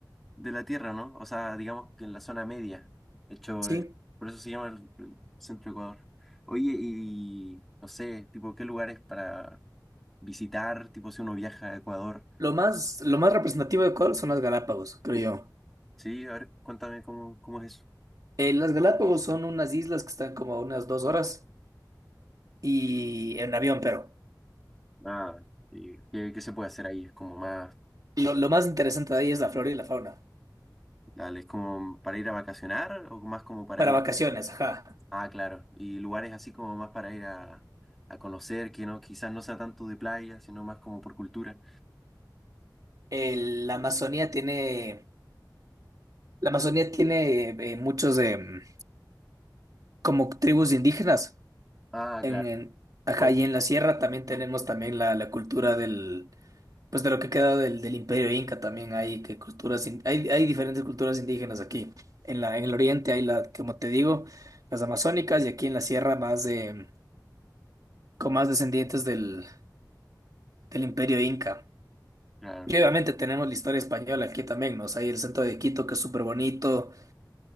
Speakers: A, in the centre; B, on the right (about 55°).
A: de la Tierra, ¿no? O sea, digamos que en la zona media. De hecho,
B: Sí,
A: eh, por eso se llama el, el centro de Ecuador. Oye, y no sé, tipo, ¿qué lugares para visitar? Tipo, si uno viaja a Ecuador.
B: lo más, lo más representativo de Ecuador son las Galápagos, creo yo.
A: Sí, a ver, cuéntame cómo, cómo es eso.
B: Eh, las Galápagos son unas islas que están como a unas dos horas y en avión, pero
A: Nada. ¿Y qué, qué se puede hacer ahí? Es como más,
B: lo, lo más interesante de ahí es la flora y la fauna.
A: dale, es como para ir a vacacionar o más como para
B: Para
A: ir
B: vacaciones, ajá.
A: Ah, claro. Y lugares así como más para ir a, a conocer, que no, quizás no sea tanto de playa, sino más como por cultura.
B: El- la Amazonía tiene, la Amazonía tiene eh, muchos em, como tribus indígenas.
A: Ah,
B: En,
A: claro.
B: en- ajá,
A: Pueblo.
B: y en la sierra también tenemos también la, la cultura del, pues de lo que queda del, del Imperio Inca también hay que culturas, in- hay, hay diferentes culturas indígenas aquí. En la, en el oriente hay la, como te digo, las amazónicas y aquí en la sierra más de con más descendientes del, del Imperio Inca.
A: Claro,
B: Y obviamente tenemos la historia española aquí también, ¿no? O sea, hay el centro de Quito que es súper bonito